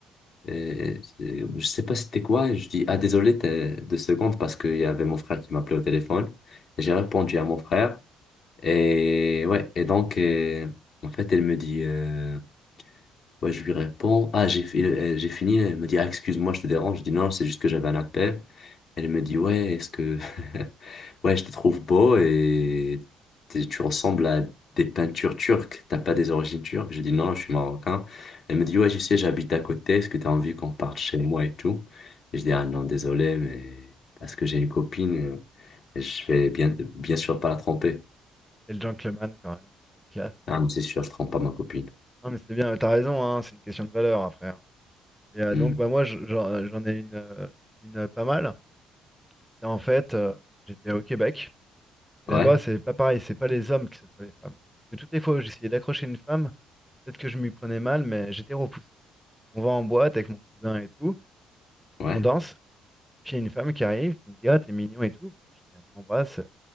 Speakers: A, on the left (about 55°); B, in the centre.
A: euh, euh, euh, je sais pas c'était quoi. Je dis, ah, désolé, t'as deux secondes parce qu'il y avait mon frère qui m'appelait au téléphone. Et J'ai répondu à mon frère. Et ouais, et donc, euh, en fait, elle me dit, euh, Ouais, je lui réponds, ah, j'ai fi- euh, j'ai fini, elle me dit, ah, excuse-moi, je te dérange. Je dis, non, c'est juste que j'avais un appel. Elle me dit, ouais, est-ce que, <laughs> ouais, je te trouve beau et t'es- tu ressembles à des peintures turques. T'as pas des origines turques? Je dis, non, je suis marocain. Elle me dit, ouais, je sais, j'habite à côté. Est-ce que t'as envie qu'on parte chez moi et tout? Et je dis, ah, non, désolé, mais parce que j'ai une copine, euh, et je vais bien, bien sûr pas la tromper.
B: et le gentleman quand même, quelle classe.
A: Ah, mais c'est sûr, je trompe pas ma copine.
B: Non mais c'est bien, t'as raison, hein, c'est une question de valeur après. hein. Et euh,
A: Hmm.
B: donc bah moi je- j'en j'en ai une, euh, une euh, pas mal. Et en fait, euh, j'étais au Québec, et
A: Ouais,
B: là-bas c'est pas pareil, c'est pas les hommes qui sautent sur les femmes. Parce que toutes les fois où j'essayais d'accrocher une femme, peut-être que je m'y prenais mal, mais j'étais repoussé. On va en boîte avec mon cousin et tout,
A: ouais.
B: on danse, puis il y a une femme qui arrive, qui me dit Ah, t'es mignon et tout. Puis elle m'embrasse, Et